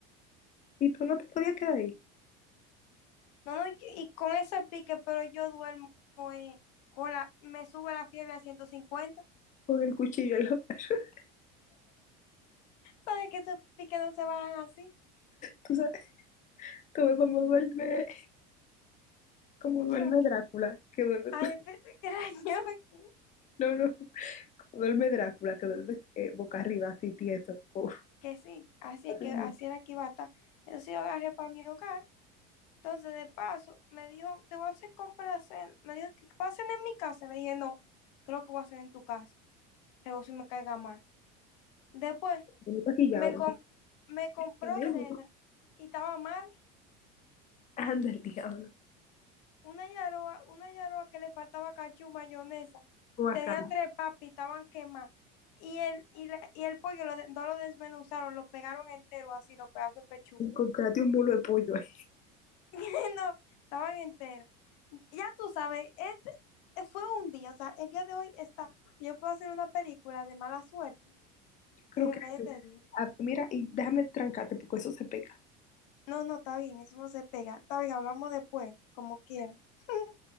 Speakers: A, on the left; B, on the left.
A: y tú no te podías quedar ahí
B: No, no, y, y con ese pique, pero yo duermo eh, con la, me sube la fiebre a ciento cincuenta
A: con el cuchillo en la mano. <laughs>
B: ¿Sabes que esos piques no se bajan así?
A: Tú sabes, tú ves cómo duerme, como duerme
B: Chu.
A: Drácula, que duerme,
B: Ay,
A: con-
B: pensé que era <laughs> yo aquí.
A: no, no, como duerme Drácula, que duerme eh, boca arriba, así tieso, como
B: Que sí, así
A: así
B: es que
A: mismo,
B: así era que iba a estar. Entonces yo agarré para mi hogar. Entonces, de paso, me dijo, te voy a hacer compras. en-". Me dijo, que pasen en mi casa. Le dije, no, creo que voy a hacer en tu casa. Luego si me caiga mal. Después,
A: como maquillado.
B: me, com- me compró
A: Como medio-
B: cena y estaba mal.
A: Anda el diablo,
B: Una yaroa, una yaroa que le faltaba cachú, mayonesa.
A: guacala.
B: Tenía tres papas y estaban quemadas. Y el, y, la- y el pollo lo de- no lo desmenuzaron, lo pegaron entero así, los pedazos de pechuga.
A: Encontrate un mulo de pollo ahí.
B: <laughs> No, estaban enteros. Ya tú sabes, este eh, fue un día, o sea, el día de hoy está, yo puedo hacer una película de mala suerte
A: Creo
B: y me
A: que
B: cállate
A: sí.
B: bien.
A: Ah, mira, y déjame trancarte porque eso se pega.
B: No, no, está bien, eso no se pega. Está bien, hablamos después, como quiera. <laughs>